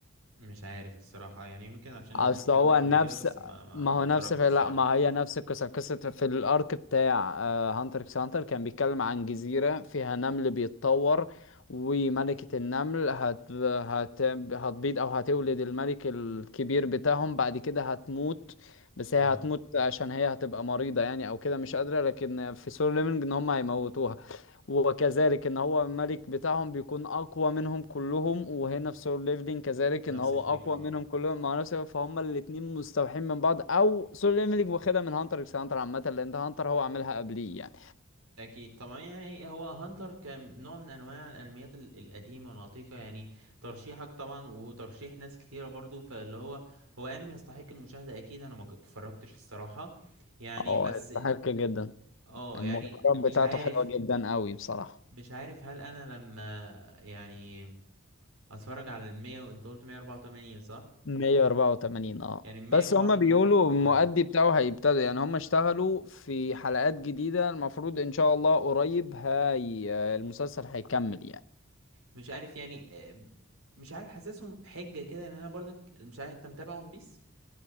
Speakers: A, on the right; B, on the left.
A: مش عارف الصراحة يعني يمكن عشان
B: اصل
A: الاتنين فيهم
B: هو
A: نملوا
B: نفس
A: كده بس ما ما,
B: ما
A: ما
B: هو
A: اتفرجتش
B: نفس في
A: الصراحة
B: لا ما هي نفس القصة قصة في الارك بتاع آه، هانتر اكس هانتر كان بيتكلم عن جزيرة فيها نمل بيتطور وملكة النمل هت... هت... هتبيض او هتولد الملك الكبير بتاعهم بعد كده هتموت بس هي
A: اه
B: هتموت عشان هي هتبقى مريضة يعني او كده مش قادرة لكن في سولو ليفنج ان هم هيموتوها وكذلك ان هو الملك بتاعهم بيكون اقوى منهم كلهم وهنا في سول ليفلين كذلك
A: نفس
B: ان هو
A: الفكرة
B: اقوى منهم
A: اه
B: كلهم مع نفسه فهم الاتنين مستوحين من بعض او سول ليفلين واخدها من هانتر اكس هانتر عامه لان ده هانتر هو عاملها قبليه يعني
A: أكيد طبعا يعني هو هانتر كنوع من أنواع الأنميات ال- القديمة العتيقة يعني ترشيحك طبعا وترشيح ناس كتيرة برضو فاللي هو هو أنمي يستحق المشاهدة أكيد أنا ما ج- اتفرجتش الصراحة يعني
B: اه
A: بس
B: يستحق جدا
A: اه
B: المغامرات
A: يعني مش
B: بتاعته
A: عارف
B: حلوه جدا قوي بصراحه
A: مش عارف هل أنا لما يعني أتفرج على المية وأنت قلت مية أربعة وتمانين صح؟
B: 184 اه
A: يعني مية
B: بس
A: أربعة
B: هما
A: وتمانين
B: بيقولوا المؤدي
A: اه
B: بتاعه هيبتدوا يعني هما اشتغلوا في حلقات جديدة المفروض ان شاء الله قريب هاي المسلسل هيكمل يعني
A: مش عارف يعني آه، مش عارف حاسسهم حجة كده لان انا برضك مش عارف انت متابع ون بيس